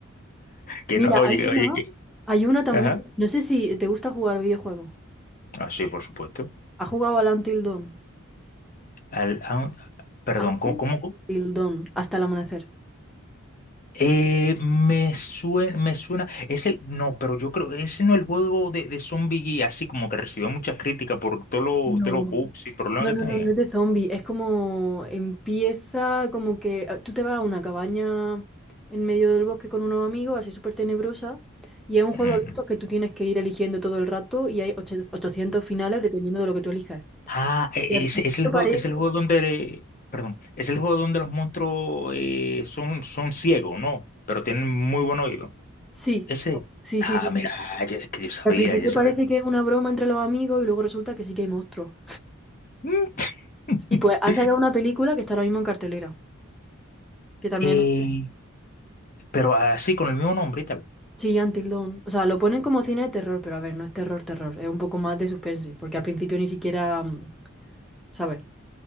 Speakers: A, on the left; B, in the centre.
A: Que
B: Mira,
A: no, oye,
B: hay una,
A: oye, que,
B: hay una también.
A: ajá.
B: No sé si te gusta jugar videojuegos.
A: Ah, sí, por supuesto.
B: ¿Has jugado al Until Dawn?
A: Al, a- perdón,
B: Until
A: ¿cómo? cómo- cómo?
B: Dawn, hasta el amanecer.
A: Eh, me suena, me suena, es el, no, pero yo creo, ese no es el juego de, de Zombie así como que recibió muchas críticas por todos los,
B: No,
A: todos los bugs y problemas
B: No,
A: que
B: no,
A: tenía.
B: no, no es de zombie, es como empieza como que ah, tú te vas a una cabaña en medio del bosque con unos amigos, así súper tenebrosa, y es un juego
A: Ujú.
B: de estos que tú tienes que ir eligiendo todo el rato y hay ocho- 800 finales dependiendo de lo que tú elijas.
A: Ah, e-
B: Y
A: e-
B: al
A: es,
B: principio
A: es el juego,
B: parece...
A: es el juego donde, perdón, es el juego donde los monstruos eh, son, son ciegos, ¿no? Pero tienen muy buen oído.
B: Sí,
A: Ese,
B: sí,
A: ah,
B: sí, sí,
A: mira,
B: sí.
A: yo, es que yo sabía,
B: Al principio
A: yo sabía.
B: <laughs> parece que es una broma entre los amigos y luego resulta que sí que hay monstruos.
A: Mm. <laughs>
B: Sí, pues han sacado una película que está ahora mismo en cartelera, que también
A: Eh, pero así con el mismo nombre y tal.
B: Sí, Until Dawn. O sea, lo ponen como cine de terror, pero a ver, no es terror, terror. Es un poco más de suspense, porque al principio ni siquiera, mm, ¿sabes?